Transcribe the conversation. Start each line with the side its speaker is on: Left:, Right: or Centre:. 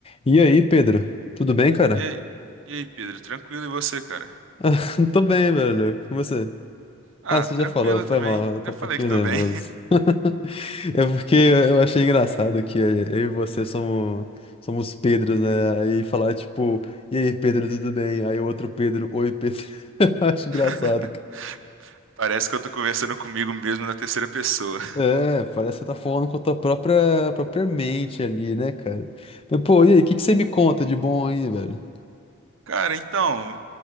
Left: E aí, Pedro? Tudo bem, cara?
Right: E aí, e aí, Pedro, tranquilo e você, cara?
Left: <laughs> Tô bem, velho. Com você?
Right: Ah,
Left: Ah, você
Right: tranquilo
Left: já falou, foi
Right: também.
Left: mal, eu tô
Right: Já falei
Left: um pouquinho
Right: que tô
Left: nervoso.
Right: bem.
Left: <laughs> É porque eu achei engraçado que eu e você somos, somos Pedros, né? Aí falar tipo, e aí, Pedro, tudo bem? Aí o outro Pedro, oi, Pedro. <laughs> Eu Acho engraçado,
Right: <laughs>
Left: cara.
Right: Parece que eu tô conversando comigo mesmo na terceira pessoa.
Left: É, parece que você tá falando com a tua própria, própria mente ali, né, cara? Mas, pô, e aí, o que que você me conta de bom aí, velho?
Right: Cara, então,